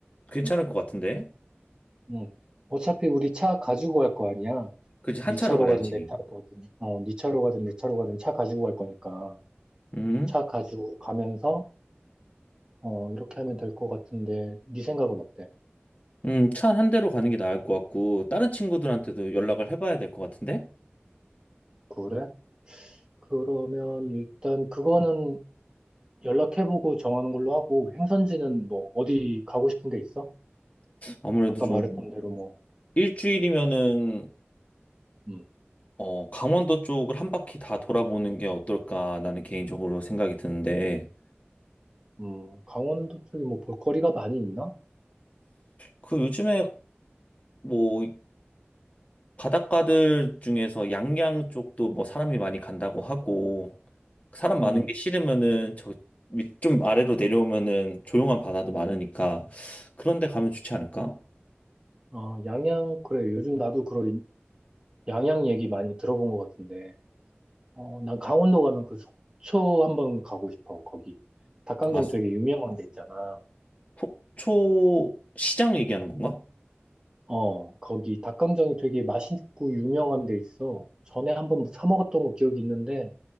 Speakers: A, on the left; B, on the right.
A: 괜찮을 것 같은데.
B: 응. 어차피 우리 차 가지고 갈 거 아니야.
A: 그치, 한
B: 네
A: 차로
B: 차로
A: 가야지.
B: 가든 내 차로 가든, 어, 네 차로 가든 내 차로 가든 차 가지고 갈 거니까
A: 음.
B: 차 가지고 가면서 어, 이렇게 하면 될 것 같은데 네 생각은 어때?
A: 음, 차 한 대로 가는 게 나을 것 같고, 다른 친구들한테도 연락을 해봐야 될 것 같은데?
B: 그래? 그러면 일단 그거는 연락해보고 정하는 걸로 하고 행선지는 뭐 어디 가고 싶은 데 있어?
A: 아무래도
B: 아까
A: 좀
B: 말했던 대로 뭐,
A: 일주일이면은,
B: 음,
A: 어, 강원도 쪽을 한 바퀴 다 돌아보는 게 어떨까, 나는 개인적으로 생각이 드는데,
B: 음, 강원도 쪽에 뭐 볼거리가 많이 있나?
A: 그 요즘에 뭐, 바닷가들 중에서 양양 쪽도 뭐 사람이 많이 간다고 하고, 사람 많은
B: 음,
A: 게 싫으면은, 저, 밑 좀 아래로 내려오면은 조용한 바다도 많으니까, 그런 데 가면 좋지 않을까?
B: 어, 양양 그래 요즘 나도 그런 양양 얘기 많이 들어본 것 같은데. 어, 난 강원도 가면 그 속초 한번 가고 싶어. 거기 닭강정
A: 아,
B: 되게 유명한 데 있잖아.
A: 속초 시장 얘기하는 건가?
B: 어, 거기 닭강정이 되게 맛있고 유명한 데 있어. 전에 한번 뭐 사 먹었던 거 기억이 있는데,